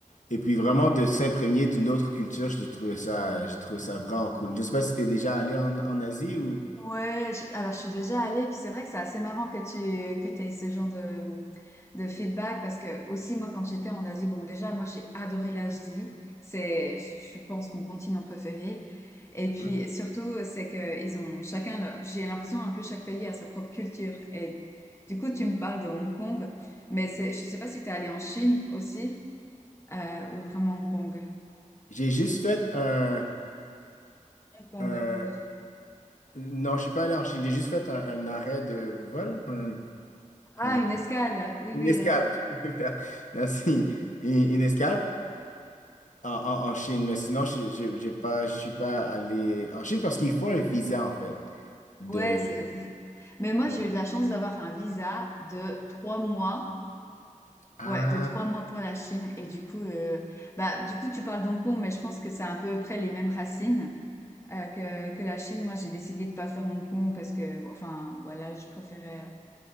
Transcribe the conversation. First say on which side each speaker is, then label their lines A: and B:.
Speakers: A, on the left; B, on the left.
A: et puis vraiment de s'imprégner d'une autre culture, j'ai trouvé ça, j'ai trouvé ça vraiment cool. Je sais pas si t'es déjà allé en, en Asie ou...
B: Ouais, je- alors je suis déjà allée, et puis c'est vrai que c'est assez marrant que tu que t'aies ce genre de, de feedback parce que aussi moi quand j'étais en Asie, bon déjà moi j'ai adoré l'Asie, c'est je pense mon continent préféré. Et puis
A: Cool.
B: surtout c'est que ils ont chacun leur- j'ai l'impression un peu chaque pays a sa propre culture. Et du coup tu me parles de Hong Kong, mais c'est je sais pas si tu es allé en Chine aussi euh, ou vraiment Hong Kong.
A: J'ai juste fait un,
B: Hong Kong.
A: un-
B: t'as-
A: Non, je suis pas allé en Chine. J'ai juste fait un, un arrêt de vol. un-
B: Ah
A: un-
B: une escale. Oui
A: Une
B: oui.
A: escale.
B: euh,
A: <laughs> Merci. Une, une escale. En, en- en Chine, mais sinon, je je- j'ai pas, je suis pas allé en Chine parce qu'il faut un visa, en fait. De...
B: Ouais, c'est... c'est- mais moi
A: ouais.
B: j'ai eu de la chance d'avoir un visa de trois mois
A: Ah,
B: Ouais, de trois mois pour la Chine. Et du coup, euh, bah, du coup, tu parles d'Hong Kong, mais je pense que c'est à peu près les mêmes racines euh, que, que la Chine. Moi, j'ai décidé de pas faire Hong Kong parce que, enfin, voilà, je préférais